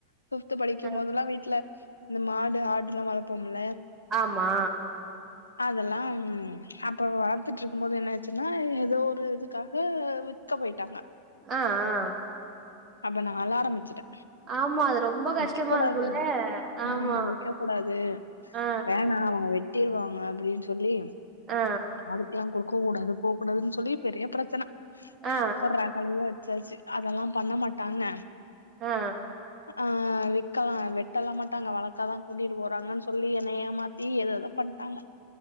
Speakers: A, on the left; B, on the right.
A: ஃபிஃப்த்து படிக்கும்போதெல்லா
B: ஆ
A: வீட்டுல இந்த மாடு ஆடு எல்லா வளப்போம்ல
B: ஆமா
A: அதெல்லா அப்ப வளத்துட்டு இருக்கு போது என்ன ஆச்சுன்னா எதோ ஒரு இதுக்காக விக்க போயிட்டாங்க
B: ஆ ஆ
A: அப்ப நா அழ ஆரம்பிச்சுட்டே
B: ஆமா. அது ரொம்ப கஷ்டமா
A: விக்க கூடாது
B: இருக்கும்ல. ஆமா.
A: ம் விக்க கூடாது
B: ஆ,
A: வேணா அவங்க வெட்டிருவாங்க அப்டின்னு சொல்லி
B: ஆ
A: அதுக்கெல்லா கொடுக்க கூடாது போ கூடாதுன்னு சொல்லி பெரிய பிரச்சன
B: ஆ, ஆ,
A: ஒரு ரகளையே சாச்சு அதெல்லா பண்ண மாட்டாங்க
B: ஆ
A: ஆ விக்கலா வெட்டல மாட்டாங்க வளக்க தா கூட்டிட்டு போறாங்கன்னு சொல்லி என்ன ஏமாத்தி ஏதேதோ பண்ட்டாங்க